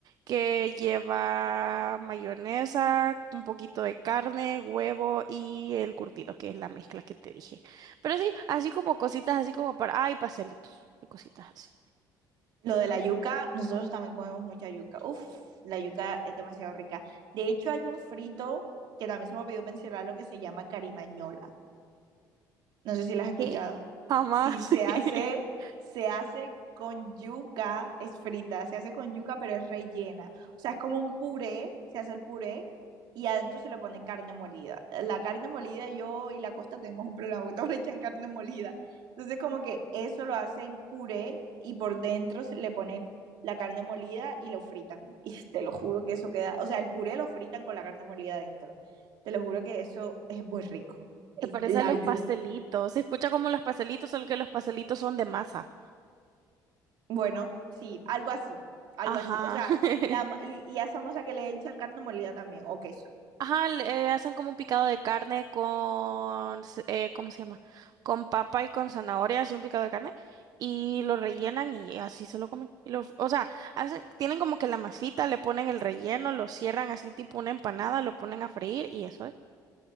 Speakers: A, on the right; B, on the right.
A: que lleva mayonesa, un poquito de carne, huevo y el curtido, que es la mezcla que te dije. Pero sí, así como cositas, así como para, ay, pastelitos y cositas así.
B: Lo de la yuca, nosotros también comemos mucha yuca. Uf, la yuca es demasiado rica. De hecho, hay un frito que también se me olvidó mencionar, lo que se llama carimañola. No sé si las has escuchado.
A: Que jamás.
B: Si se
A: <laughs>
B: hace, se hace con yuca, es frita, se hace con yuca, pero es rellena. O sea, es como un puré, se hace el puré y adentro se le pone carne molida. La carne molida, yo y la Costa tenemos un problema, porque todos le echan carne molida. Entonces, como que eso lo hacen puré y por dentro se le ponen la carne molida y lo fritan. Y te lo juro que eso queda, o sea, el puré lo fritan con la carne molida adentro. Te lo juro que eso es muy rico. Es
A: Se parece
B: la
A: a los
B: yuca.
A: pastelitos. Se escucha como los pastelitos, solo que los pastelitos son de masa.
B: Bueno, sí, algo así, algo
A: Ajá.
B: así. O sea,
A: <laughs>
B: la, ma- y, y a esa masa que le echan carne molida también, o queso.
A: Ajá, le- eh, hacen como un picado de carne con, s- eh, ¿cómo se llama? Con papa y con zanahoria, así un picado de carne, y lo rellenan y así se lo comen. Y lo- o sea, hacen, tienen como que la masita, le ponen el relleno, lo cierran así tipo una empanada, lo ponen a freír y eso es.